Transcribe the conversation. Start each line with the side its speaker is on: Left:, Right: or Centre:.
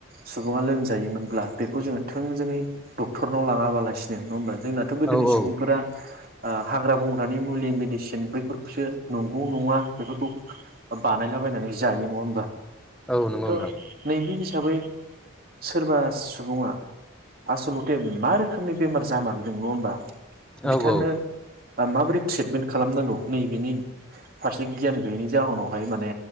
Right: सुबुङा लोमजायोमोनब्ला बेखौ जोङो थोंजोङै डक्टरनाव लाङाबाला बासिनो नङा ओमबा? जोंनाथ' गोदोनि
Centre: औ औ
Right: सुबुंफोरा ओ हाग्रा बंग्रानि मुलि मेडिसिन बैफोरखौसो नंगौ नङा बेफोरखौ बानायलाबायनानै जायो नङा ओमबा?
Centre: औ नंगौ
Right: थ'
Centre: नोंथां
Right: नैबे हिसाबै सोरबा सुबुङा आसल'थे मा रोख खोमनि बेमार जामारदों नङा होमबा?
Centre: औ
Right: बिथांनो
Centre: औ
Right: माबोरै ट्रिटमेन्ट खालामनांगौ नैबेनि फारसे गियान गैयैनि जाहोनावहाय माने